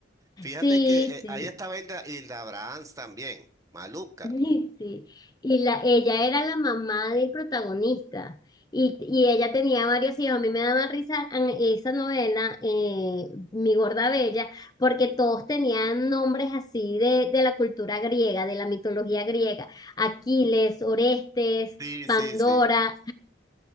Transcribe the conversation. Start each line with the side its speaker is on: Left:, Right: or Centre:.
Right: Fíjate
Left: sí,
Right: que eh,
Left: sí.
Right: ahí estaba Hilda, Hilda Brahms también, maluca.
Left: <laughs> Sí, y la, ella era la mamá del protagonista y, y ella tenía varios hijos. A mí me daba risa en esa novela, eh, Mi Gorda Bella, porque todos tenían nombres así de, de la cultura griega, de la mitología griega. Aquiles, Orestes,
Right: Sí,
Left: Pandora,
Right: sí, sí.